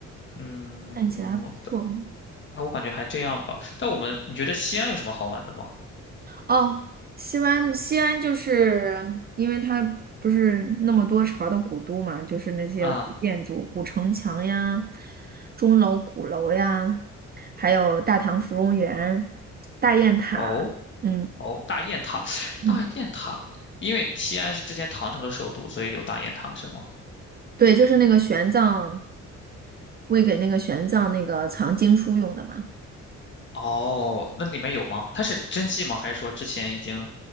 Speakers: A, on the left; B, on the right.
A: 嗯，
B: 看起来不错
A: 但但我感觉还这样吧，但我们你觉得西安有什么好玩的吗？
B: 哦。西安，西安就是因为它不是那么多朝的古都嘛，就是那些古建筑、
A: 啊、
B: 古城墙呀、钟楼、鼓楼呀，还有大唐芙蓉园、大雁塔。
A: 哦。
B: 嗯
A: 哦，大雁塔，
B: 嗯，
A: 大雁塔，因为西安是之前唐朝的首都，所以有大雁塔是吗？
B: 对，就是那个玄奘为给那个玄奘那个藏经书用的嘛，
A: 哦，那里面有吗？它是真迹吗？还是说之前已经